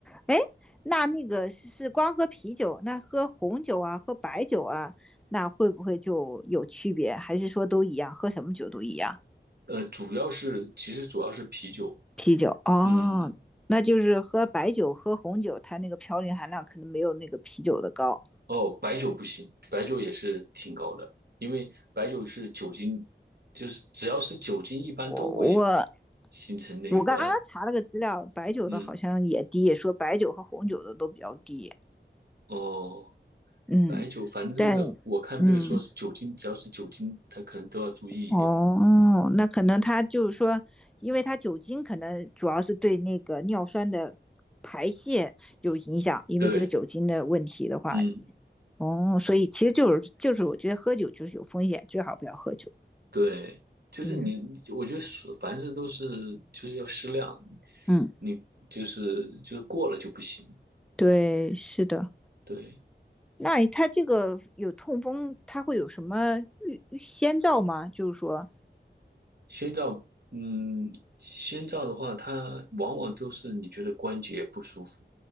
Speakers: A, in the centre; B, on the right (about 60°).
A: 哎，那那个是是光喝啤酒，那喝红酒啊，喝白酒啊，那会不会就有区别？还是说都一样，喝什么酒都一样？
B: 呃，主要是其实主要是啤酒，
A: 啤酒哦，
B: 嗯，
A: 那就是喝白酒、喝红酒，它那个嘌呤含量可能没有那个啤酒的高。
B: 哦，白酒不行，白酒也是挺高的，因为白酒是酒精，就是只要是酒精，一般都会
A: 我我
B: 形成那个，
A: 我刚刚查了个资料，白酒的好像也低，
B: 嗯，
A: 也说白酒和红酒的都比较低。
B: 哦，
A: 嗯，
B: 白酒，反正这个我看这个说是酒精，
A: 但嗯
B: 只要是酒精，它可能都要注意一点。
A: 哦，那可能它就是说，因为它酒精可能主要是对那个尿酸的排泄有影响，因为这个酒精的问题的话，
B: 对，嗯，
A: 哦，所以其实就是就是我觉得喝酒就是有风险，最好不要喝酒。
B: 对，就是你，
A: 嗯。
B: 我觉得是凡事都是就是要适量，
A: 嗯，
B: 你就是就是过了就不行。
A: 对，是的。
B: 对，
A: 那他这个有痛风，他会有什么预预先兆吗？就是说，
B: 先兆，嗯，先兆的话，它往往都是你觉得关节不舒服。